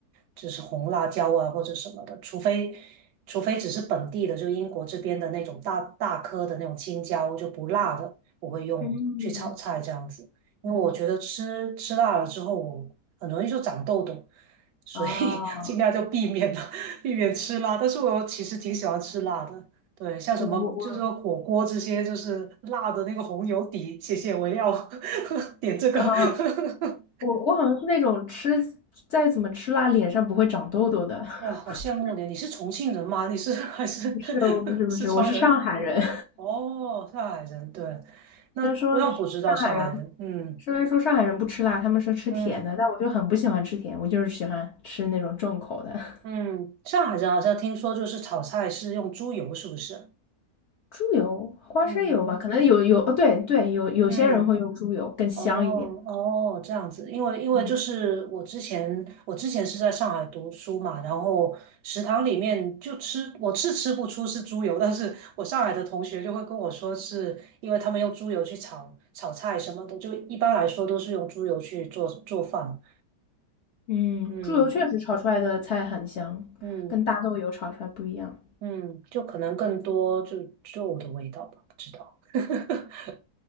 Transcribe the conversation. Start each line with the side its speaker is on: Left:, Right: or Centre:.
Right: 就是红辣椒啊或者什么的，除非除非只是本地的，就英国这边的那种大大颗的那种青椒就不辣的，我会用去炒菜这样子，
Left: 嗯，
Right: 因为我觉得吃吃辣了之后，
Left: 对，
Right: 我很容易就长痘痘。所以
Left: 哦，
Right: <laughs> 尽量就避免了，避免吃辣。但是我其实挺喜欢吃辣的，对，像什么就是说火锅这些，
Left: 对我我
Right: 就是辣的那个红油底，谢谢，我要 <laughs> 点这个。
Left: <laughs> 啊，
Right: <laughs>
Left: 我我好像是那种吃再怎么吃辣，脸上不会长痘痘的。<laughs>
Right: 哇，好羡慕你！你是重庆人吗？你是还是
Left: 不是，我不是不是，
Right: <laughs> 四川人？
Left: 我是上海人。
Right: 哦，上海人，对，
Left: 虽然说上海人，
Right: 那那不知道上海人，嗯
Left: 虽然说上海人不吃辣，他们是吃甜的，
Right: 嗯
Left: 但我就很不喜欢吃甜，我就是喜欢吃那种重口的。<laughs>
Right: 嗯，上海人好像听说就是炒菜是用猪油，是不是？
Left: 猪油、花生油吧，
Right: 嗯
Left: 可能有有哦，对对，有有些人会用猪油，
Right: 嗯。
Left: 更香一点。
Right: 哦哦，这样子，因为因为就是我之前我之前是在上海读书嘛，
Left: 嗯
Right: 然后食堂里面就吃我是吃不出是猪油，但是我上海的同学就会跟我说，是因为他们用猪油去炒炒菜什么的，就一般来说都是用猪油去做做饭，
Left: 嗯，
Right: 嗯
Left: 猪油确实炒出来的菜很香，
Right: 嗯
Left: 跟大豆油炒出来不一样。
Right: 嗯，就可能更多就就我的味道吧，不知道，<laughs>